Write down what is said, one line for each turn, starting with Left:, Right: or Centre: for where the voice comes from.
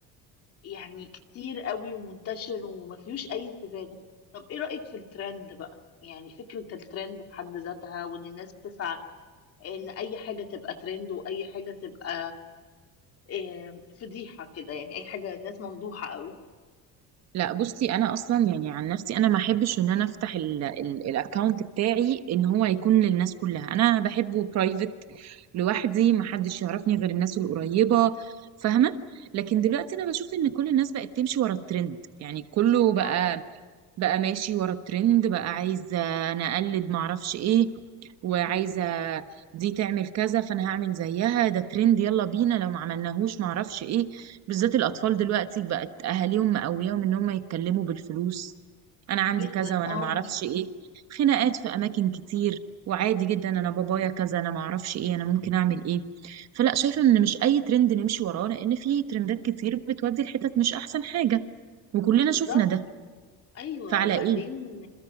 Left: يعني كتير قوي ومنتشر وما فيهوش أي استفادة طب إيه رأيك في الترند بقى؟ يعني فكرة الترند في حد ذاتها وإن الناس بتسعى إن أي حاجة تبقى ترند وأي حاجة تبقى آم، فضيحة كده يعني أي حاجة الناس مفضوحة قوي
Right: لا بصي انا اصلا يعني عن نفسي انا ما احبش ان انا افتح الاكونت بتاعي ان هو يكون للناس كلها انا بحبه برايفت لوحدي ما حدش يعرفني غير الناس القريبه فاهمه لكن دلوقتي انا بشوف ان كل الناس بقت تمشي ورا الترند يعني كله بقى
Left: اه
Right: بقى ماشي ورا الترند بقى عايزة انا اقلد معرفش ايه وعايزة دي تعمل كذا فانا هعمل زيها ده ترند يلا بينا لو ما عملناهوش معرفش ايه بالذات الاطفال دلوقتي بقت اهاليهم مقوياهم ان هم يتكلموا بالفلوس انا عندي
Left: جدا
Right: كذا وانا
Left: اه
Right: معرفش ايه خناقات في اماكن كتير وعادي جدا انا بابايا كذا انا معرفش ايه انا ممكن اعمل ايه فلا شايفة ان مش اي ترند نمشي وراه لان في ترندات كتير بتودي الحتت مش احسن حاجة وكلنا
Left: بالظبط
Right: شفنا ده
Left: ايوه
Right: فعلى
Left: وبعدين
Right: ايه